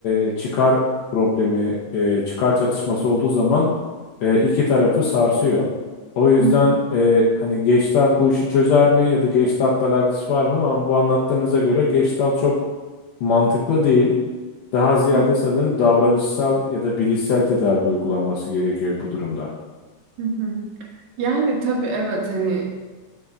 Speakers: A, on the left; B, on the right.
A: e, çıkar problemi, e, çıkar çatışması olduğu zaman e, iki tarafı sarsıyor. O yüzden
B: hı hı,
A: e, hani Gestalt bu işi çözer mi ya da Gestalt'la alakası var mı? Ama bu anlattığınıza göre Gestalt çok mantıklı değil. Daha ziyade
B: hı hı,
A: sanırım davranışsal ya da bilişsel tedavi uygulanması gerekiyor bu durumda.
B: hı hı. Yani tabii evet hani